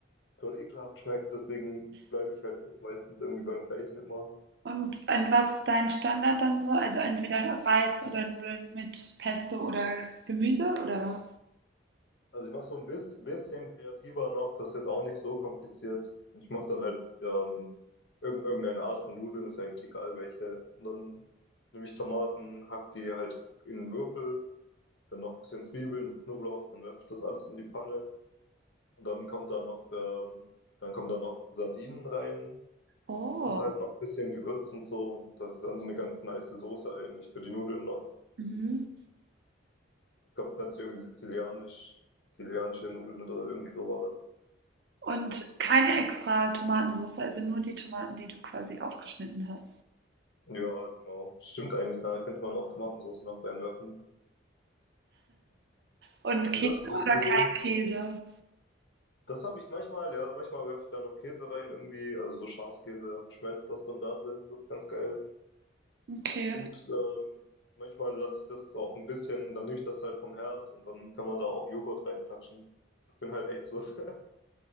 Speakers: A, on the left; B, on the right.
A: voll ekelhaft schmeckt. Deswegen bleibe ich halt meistens irgendwie beim Gleichen immer.
B: Und an was ist dein Standard dann so? Also entweder Reis oder Nudeln mit Pesto oder Gemüse oder?
A: Also ich mache so ein bis, bisschen kreativer noch, das ist jetzt auch nicht so kompliziert. Ich mache dann halt ähm, irg irgendeine Art von Nudeln, ist ja eigentlich egal welche. Und dann nehme ich Tomaten, hack die halt in Würfel, dann noch ein bisschen Zwiebeln und Knoblauch, dann werfe ich das alles in die Panne und dann kommt da noch, ähm, dann kommen da noch Sardinen rein
B: Oh.
A: und halt noch ein bisschen Gewürz und so. Und Das ist dann so eine ganz nice Soße eigentlich für die Nudeln noch.
B: Mhm.
A: Ich glaube, das nennt sich irgendwie sizilianisch, sizilianische Nudeln oder irgendwie so war
B: Und keine extra Tomatensoße, also nur die Tomaten, die du quasi aufgeschnitten hast.
A: Ja, genau. Stimmt eigentlich. ne? Da könnte man auch Tomatensauce noch reinwerfen.
B: Und
A: Und
B: Käse
A: was kochst
B: oder
A: du
B: kein
A: so?
B: Käse.
A: Das habe ich manchmal, ja, manchmal werfe ich da noch Käse rein irgendwie, also so Schafskäse und schmelzt das dann da drin. Das ist ganz geil.
B: Okay.
A: Und ähm, manchmal lasse ich das auch ein bisschen, dann nehme ich das halt vom Herd und dann kann man da auch Joghurt reinklatschen. Ich bin halt echt so <laughs> sehr.